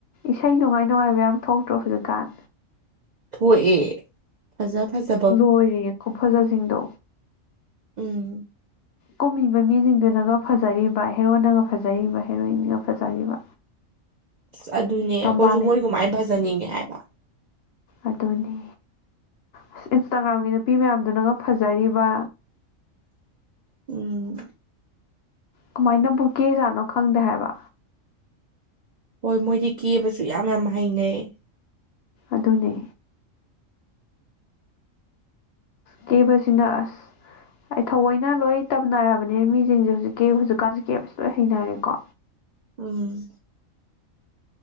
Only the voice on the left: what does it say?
ꯏꯁꯩ ꯅꯨꯡꯉꯥꯏ ꯅꯨꯡꯉꯥꯏꯕ ꯌꯥꯝ ꯊꯣꯛꯇ꯭ꯔꯣ ꯍꯧꯖꯤꯛꯀꯥꯟ
ꯂꯣꯏꯔꯦ ꯈꯨꯐꯖꯁꯤꯡꯗꯣ
ꯀꯨꯝꯃꯤꯕ ꯃꯤꯁꯤꯡꯗꯨꯅꯒ ꯐꯖꯔꯤꯕ ꯍꯦꯔꯣꯅꯒ ꯐꯖꯔꯤꯕ ꯍꯦꯔꯣꯏꯟꯒ ꯐꯖꯔꯤꯕ
ꯇꯝꯕꯥ
ꯑꯗꯨꯅꯦ ꯑꯁ ꯏꯟꯁꯇꯥꯒ꯭ꯔꯥꯝꯒꯤ ꯅꯨꯄꯤ ꯃꯌꯥꯝꯗꯨꯅꯒ ꯐꯖꯔꯤꯕ
ꯀꯃꯥꯏꯅꯕꯨ ꯀꯦꯖꯥꯠꯅꯣ ꯈꯪꯗꯦ ꯍꯥꯏꯕ
ꯑꯗꯨꯅꯦ ꯀꯦꯕꯁꯤꯅ ꯑꯁ ꯑꯩ ꯊꯑꯣꯏꯅ ꯂꯣꯏ ꯇꯝꯅꯔꯕꯅꯦ ꯃꯤꯁꯤꯡꯁꯦ ꯍꯧꯖꯤꯛ ꯀꯦ ꯍꯧꯖꯤꯛ ꯀꯀꯥꯁꯦ ꯀꯦꯞꯁꯦ ꯂꯣꯏ ꯍꯩꯅꯔꯦꯀꯣ